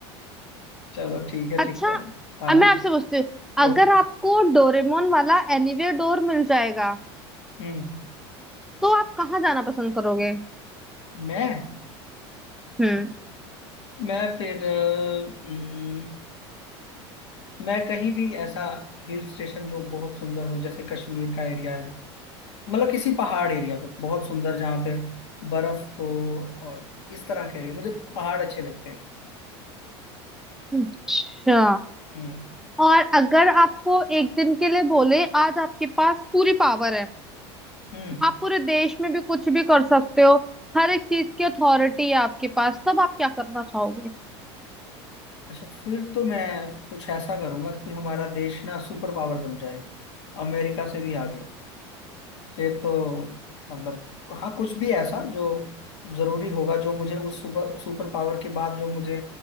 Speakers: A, on the left (about 75°); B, in the centre.
A: चलो ठीक है
B: अच्छा
A: ठीक है हाँ
B: अब मैं आपसे पूछती हूँ
A: ओके
B: अगर आपको डोरेमोन वाला एनीवेयर डोर मिल जाएगा
A: हम्म
B: तो आप कहाँ जाना पसंद करोगे
A: मैं
B: हम्म
A: मैं फिर अ, हम्म, मैं कहीं भी ऐसा हिल स्टेशन जो बहुत सुंदर हो जैसे कश्मीर का एरिया है मतलब किसी पहाड़ एरिया पे बहुत सुंदर जहाँ पे बर्फ हो और इस तरह का एरिया मुझे पहाड़ अच्छे लगते हैं
B: अच्छा
A: हम्म
B: और अगर आपको एक दिन के लिए बोले आज आपके पास पूरी पावर है
A: हम्म
B: आप पूरे देश में भी कुछ भी कर सकते हो हर एक चीज की अथॉरिटी है आपके पास तब आप क्या करना चाहोगे
A: अच्छा फिर तो मैं कुछ ऐसा करूंगा कि हमारा देश ना सुपर पावर बन जाए अमेरिका से भी आगे फिर तो मतलब हाँ कुछ भी ऐसा जो जरूरी होगा जो मुझे उस सुपर सुपर पावर के बाद जो मुझे